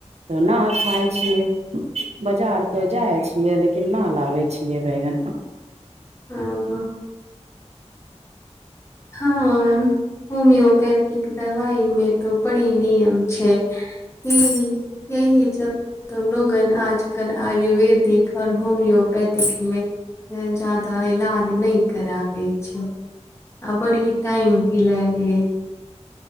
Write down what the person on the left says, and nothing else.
ह ह हँ होमिोपैथिक दवाइ मे त बड़ी नियम छै <unintelligible> त लोगन आजकल आयुर्वेदिक और होम्योपैथिक मे जादा इलाज नहि कराबे छै आ बड़ी टाइम भी लगे छै